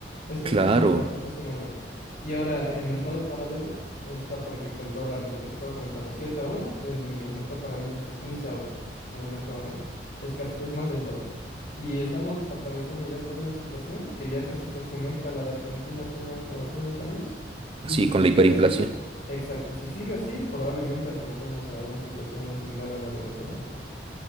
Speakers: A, on the left; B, on the right.
A: Es, es
B: Claro,
A: un horror, es un horror. Y ahora, en el mercado paralelo está, por ejemplo, el dólar de lo que te estaba comentando, 7 a uno en el mercado paralelo está 15 a uno en el mercado negro. Es casi, es más del doble. Y estamos atravesando ya por una situación que ya casi se asemeja a la de Argentina hace un año- hace unos años. Y
B: sí,
A: si
B: con
A: sigue
B: la hiperinflación.
A: así, exacto, si sigue así, probablemente alcancemos a una situación similar a la venezolana.